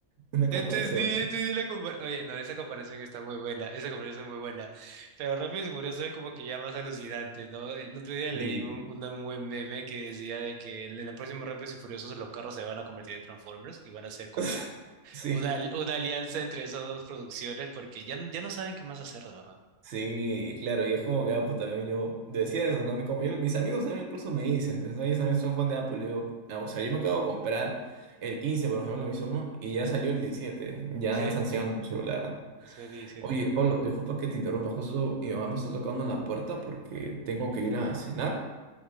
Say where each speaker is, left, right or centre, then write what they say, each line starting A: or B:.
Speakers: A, on the right (about 65°); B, on the right (about 85°).
A: una
B: ya
A: comparación.
B: entendí,
A: ¿no?
B: ya entendí la comparación. Oye, no, esa comparación está muy buena, esa comparación es muy buena. Pero Rápidos y Furiosos es como que ya más alucinante, ¿no? El otro día leí
A: Y
B: un, un un buen meme que decía de que en el próximo Rápidos y Furiosos los carros se van a convertir en Transformers y van a ser como
A: <laughs> sí,
B: Una, al- una alianza entre esas dos producciones porque ya, n- ya no saben qué más hacer, de verdad.
A: sí, claro, y es como que Apple también yo decía eso, ¿no? Mi compañero, mis amigos también incluso me dicen, pues, ¿no? Ellos también son fan de Apple, y digo, ah, o sea, yo me acabo de comprar el 15 por ejemplo, me hizo uno, y ya salió el diecisiete ya
B: Sí,
A: está anciano mi celular, ¿no?
B: sí sí 17,
A: Oye,
B: claro.
A: Pablo, disculpa que te interrumpa, justo mi mamá me está tocando en la puerta porque tengo que ir a cenar.